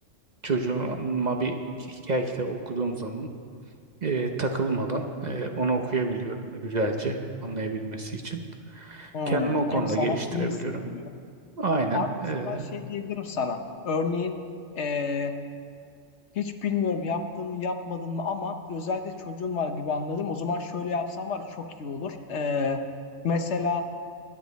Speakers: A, on the right; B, on the left.
A: çocuğuma bir hikaye kitabı okuduğum zaman e, takılmadan e, onu okuyabiliyorum güzelce anlayabilmesi için.
B: Hmm,
A: Kendimi o konuda
B: hem sana
A: geliştirebiliyorum.
B: iyi hissettiriyor.
A: Aynen.
B: Abi mesela
A: e,
B: şey diyebilirim sana. Örneğin eee, hiç bilmiyorum yaptın mı yapmadın mı ama özellikle çocuğun var gibi anladım. O zaman şöyle yapsan var ya, çok iyi olur. Eee, mesela